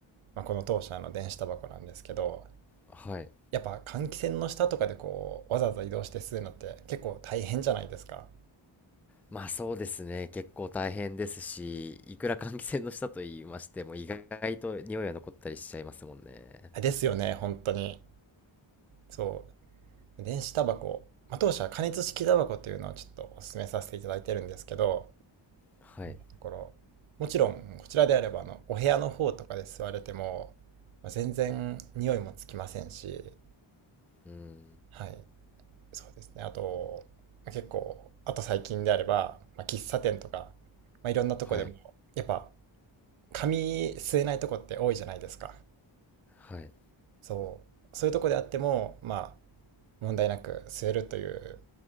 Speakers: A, on the right; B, in the centre.
A: まあ、この当社の電子タバコなんですけど、
B: はい。
A: やっぱ換気扇の下とかでこうわざわざ移動して吸うのって結構大変じゃないですか。
B: まあそうですね。結構大変ですし、いくら換気扇の下と言いましても、意外と匂いは残ったりしちゃいますもんね。
A: ですよね、本当に。そう。電子タバコ、まあ、当社は加熱式タバコっていうのをちょっとお勧めさせていただいてるんですけど、
B: はい。
A: 今のところ、もちろんこちらであればあのお部屋の方とかで吸われても、まあ、全然匂いもつきませんし、
B: うーん。
A: はい、そうですね。あと、まあ結構、あと最近であれば、まあ、喫茶店とか、まあ、いろんなとこでも、
B: はい。
A: やっぱ紙吸えないとこって多いじゃないですか。
B: はい。
A: そう。そういうとこであっても、まあ、問題なく吸えるという、